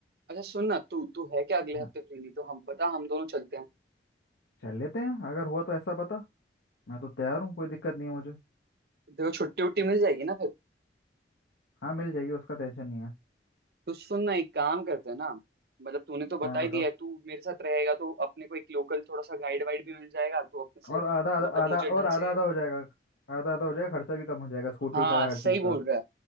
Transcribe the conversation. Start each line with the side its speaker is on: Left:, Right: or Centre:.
Right: अच्छा सुन ना तू तू है क्या अगले
Left: हाँ
Right: हफ्ते फ्री नहीं तो हम पता हम दोनों चलते हैं
Left: चल लेते हैं अगर हुआ तो ऐसा बता मैं तो तैयार हूँ कोई दिक्कत नहीं है मुझे
Right: देखो छुट्टी उट्टी मिल जाएगी ना फिर
Left: हाँ मिल जाएगी उसका टेंशन नहीं है
Right: तो सुन ना एक काम करते हैं ना मतलब तूने तो बता
Left: हाँ बताओ
Right: ही दिया है तू मेरे साथ रहेगा तो अपने को एक लोकल थोड़ा सा गाइड वाइड भी मिल जाएगा तो अपने से
Left: और आधा आधा
Right: मतलब
Left: आधा
Right: मुझे ढंग
Left: और आधा
Right: से
Left: आधा हो जाएगा आधा आधा हो जाएगा खर्चा भी कम हो जाएगा स्कूटी
Right: हाँ
Left: का हर
Right: सही
Left: चीज़
Right: बोल
Left: का
Right: रहा है